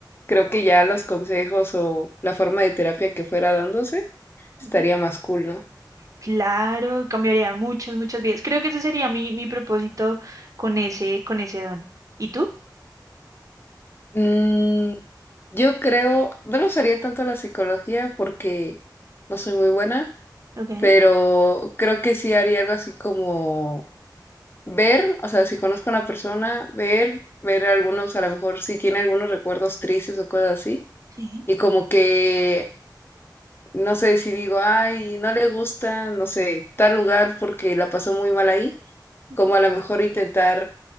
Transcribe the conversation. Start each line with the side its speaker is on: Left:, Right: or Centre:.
Left: creo que ya los consejos o la forma de terapia que fuera dándose estaría
Right: Ujú.
Left: más cool, ¿no?
Right: Claro, cambiaría muchas, muchas vidas. Creo que ese sería mi, mi propósito con ese, con ese don. ¿Y tú?
Left: Mm, yo creo, no lo usaría tanto la psicología porque no soy muy buena,
Right: Ok,
Left: pero creo que sí haría algo así como ver, o sea, si conozco a una persona, ver, ver algunos, a lo mejor si tiene algunos recuerdos tristes o cosas así,
Right: sí.
Left: y como que No sé si digo, ay, no le gusta, no sé, tal lugar porque la pasó muy mal ahí,
Right: Ujú.
Left: como a lo mejor intentar